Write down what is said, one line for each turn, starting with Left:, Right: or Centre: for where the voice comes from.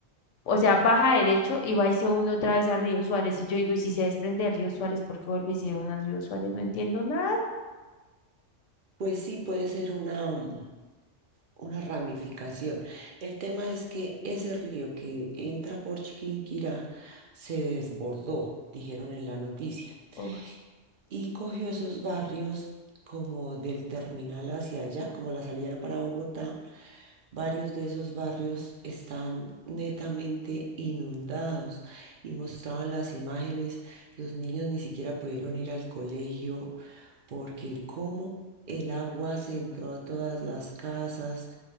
Left: O sea, baja derecho y va y se une otra vez a Río Suárez. Y yo digo, y si se desprende de Río Suárez, ¿por qué vuelve y se une al Río Suárez? No entiendo nada.
Right: Pues sí, puede ser una, um, una ramificación. El tema es que ese río que entra por Chiquinquirá se desbordó, dijeron en la noticia.
Left: Uy.
Right: y cogió esos barrios como del terminal hacia allá, como la salida para Bogotá, varios de esos barrios están netamente inundados y mostraban las imágenes, los niños ni siquiera pudieron ir al colegio porque como el agua se entró a todas las casas,